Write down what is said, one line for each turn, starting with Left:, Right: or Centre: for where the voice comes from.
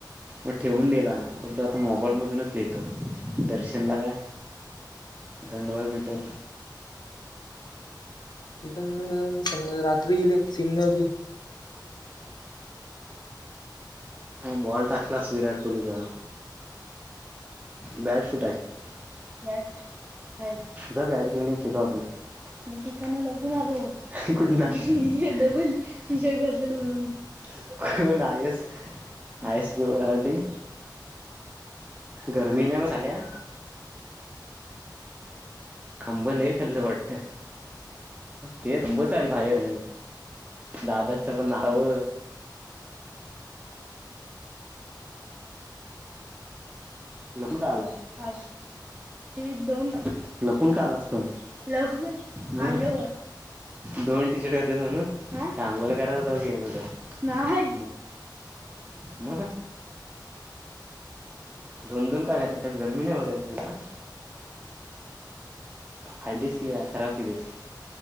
Right: मग ठेवून दिला, उरलं आता मोबाईल मधूनच लिहितो, दर्शनला काय गंडवायला भेटल.
Left: हे पण समजा रात्री जर सीम लावली.
Right: बॉल टाकलास विराट कोहलीचा, बॅट कुट आहे. बॅट आहे. जा बॅट घेऊन ये खेलु आपण. मी ईकडन लपून आलो. कुठून अशी. ही ही ही डबल टी शर्ट घातला म्हणून कोण आयस, आयस पण ओराडली, गरमी नाही ओ झाल्या. आंब लय खाल्लं वाटत. तेच आंबच आहे बाहेर. दादाच पण नाव लपुन का आलास? आस, दिड-दोन, लपून का आलास पण, लपुन आयो, दोन टी-शर्ट घातलीस म्हणून, सांगयला कारण होत मी होतो म्हणून. नाही. म म दोन दोन काळ घातले, गरमी नाही होत तुला? फाडलीस की काय, खराब केलीस.